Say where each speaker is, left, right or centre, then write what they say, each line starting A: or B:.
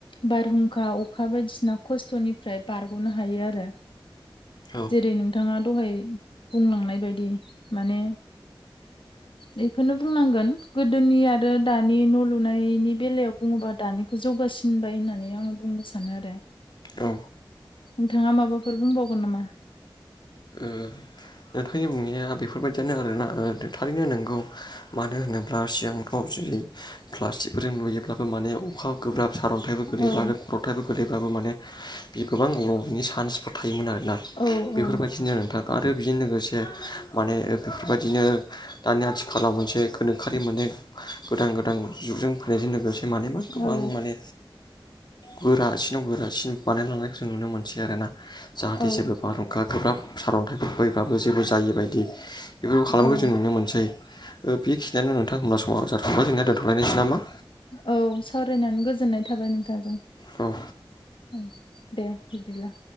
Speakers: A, on the left (about 75°); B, on the left (about 55°).
A: बारहुंखा अखा बायदिसिना खस्थ'निफ्राय बारग'नो हायो आरो
B: औ
A: जेरै नोंथाङा दहाय बुंलांनाय बायदि दि माने
B: <inaudible>
A: बेखौनो बुंनांगोन गोदोनि आरो दानि न' लुनायनि बेलायाव बुङोबा दानि जौगासिनबाय होननानै आङो बुंनो सानो आरो
B: ओ
A: नोंथाङा माबाफोर बुंबावगोन नामा
B: ओ नोंथांनि बुंनाया बेफोरबायदियानो आरोना थारैनो नोंगौ मानो होनोब्ला सिगांफ्राव जुदि प्लास्टिकफोरजों नुयोब्लाबो माने अखा गोब्राब सारन्थाइबो गोलैफागोन
A: औ
B: ग्रबथायफोर गोदैब्लााबबो माने बे गोबां गबबनायनि चान्सफोर थायोमोन आरोना
A: औ औ
B: बेफोरबायदिनो नोंथां आरो बेजोंनो लोगोसे माने बेफोरबायदिनो दानि आथिखालाव मोनसे गोनोखोरि मोनाने गोदान गोदान जुगजों फैनायजों लोगोसे मानबा गोबां
A: औ
B: माने गोरासिनाव गोरासिन बानायलांनायखौ जों नुनो मोनसै आरो ना जाहाथे
A: औ
B: जेबो बारहुंखा गोब्राब सारन्थाइफोर फैब्लााबो जेबो जायै बदि बेफोरखौ खालामनायखौ
A: औ
B: जों नुनो मोनसै बेखिनियानो नोंथां होमब्ला समाव जाथ'बाय जोंनिना दोनथ'लायनायसै नामा
A: औ सावरायनानै गोजोननाय थाबाय नोंथांजों
B: औ।
A: औ दे बिदिब्ला